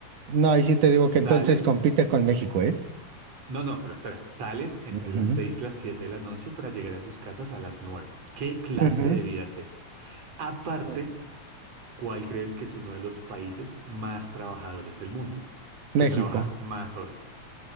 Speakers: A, on the right; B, on the right.
A: No, ahí sí
B: Salen,
A: te digo que entonces compite con México, ¿eh?
B: no, no, pero espera, salen entre
A: Ujú,
B: las 6 y las 7 de la noche para llegar a sus casas a las 9. ¿Qué clase
A: ujú.
B: de vida es eso? Aparte,
A: Mm.
B: ¿cuál crees que es uno de los países más trabajadores del mundo?
A: México,
B: Que trabaja más horas.